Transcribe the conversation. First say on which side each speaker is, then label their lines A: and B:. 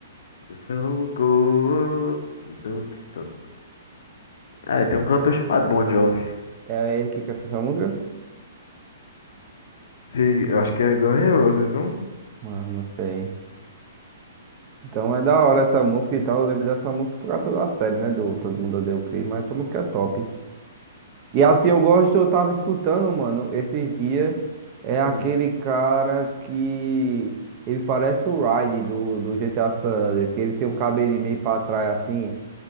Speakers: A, on the left; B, on the right.
A: Eu sou good. Tum, tum, tum, tum. É, tem um cantor chamado Bon Jovi.
B: É ele que canta essa música?
A: Se- Eu acho que é Guns N' Roses, não?
B: Mano, não sei. Então é da hora essa música e tal. Eu lembro dessa música por causa da série, né? Do Todo Mundo Odeia o Chris, mas essa música é top. E assim, eu gosto, eu tava escutando, mano, esses dias. É aquele
A: Hum.
B: cara que. Ele parece o Raiden do, do GTA San Andreas, que ele tem um cabelinho meio pra trás assim,